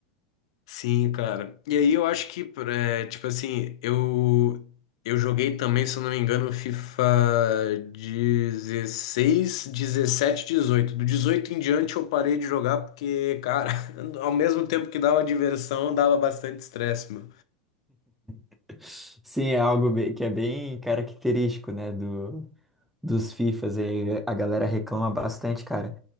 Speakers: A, on the left; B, in the centre.
A: Sim, cara. E aí eu acho que, é, tipo assim, eu eu joguei também, se eu não me engano, FIFA dezesseis dezessete dezoito Do 18 em diante eu parei de jogar porque, cara, <laughs> ao mesmo tempo que dava diversão, dava bastante estresse, meu.
B: <laughs> Sim, é algo be- que é bem característico, né? Do, dos FIFAs aí. A galera reclama bastante, cara.